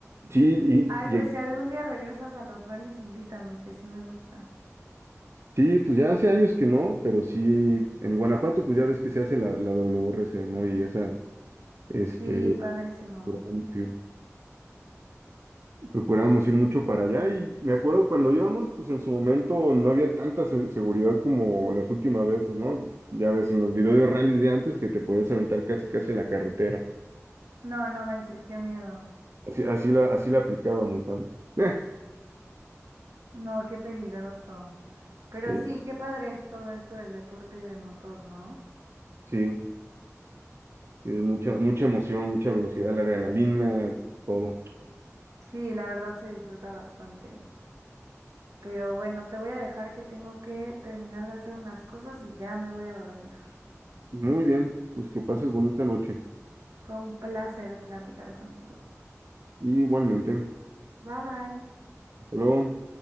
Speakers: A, on the right (about 55°); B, on the right (about 80°).
A: Sí, y,
B: Ay,
A: llegué-
B: pues si algún día regresas a los rallies, invítame, que sí me gusta.
A: sí, pues ya hace años que no, pero sí, en Guanajuato pues ya ves que se hace la, la WRC, ¿no? Y esa, este,
B: Sí, padrísimo.
A: procuramos ir procuramos ir mucho para allá y me acuerdo cuando íbamos, pues en su momento no había tanta se- seguridad como las últimas veces, ¿no? Ya ves en los videos de rallies de antes que te podías aventar casi casi a la carretera.
B: No, no manches, qué miedo.
A: Así, así la, así la aplicábamos antes. <laughs>
B: No, qué peligroso. Pero
A: Sí.
B: sí, qué padre es todo esto del deporte de motor, ¿no?
A: Sí. Tienes mucha, mucha emoción, mucha velocidad, la adrenalina, todo.
B: Sí, la verdad se disfruta bastante. Pero bueno, te voy a dejar que tengo que terminar de hacer unas cosas y ya me voy a dormir.
A: Muy bien, pues que pases bonita noche.
B: Fue un placer platicar contigo.
A: Y igualmente.
B: Bye bye.
A: Hasta luego.